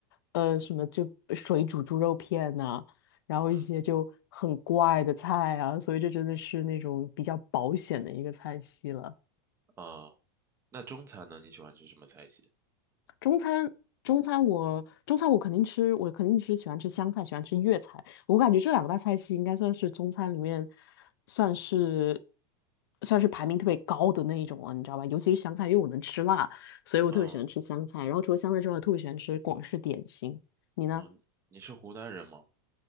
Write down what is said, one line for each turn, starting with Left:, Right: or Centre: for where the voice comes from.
Left: 呃，什么就水煮猪肉片呐、然后一些就很怪的菜啊，
Right: 嗯哼，
Left: 所以这真的是那种比较保险的一个菜系了。
Right: 啊、那中餐呢？你喜欢吃什么菜系？
Left: 中餐，中餐我中餐我肯定吃，我肯定吃喜欢吃湘菜，喜欢吃粤菜。我感觉这两个大菜系应该算是中餐里面算是算是排名特别高的那一种了，你知道吧？尤其是湘菜，因为我能吃辣，所以我特别喜欢吃湘菜。
Right: 嗯
Left: 然后除了湘菜之外，我特别喜欢吃广式点心。你呢？
Right: 嗯，你是湖南人吗？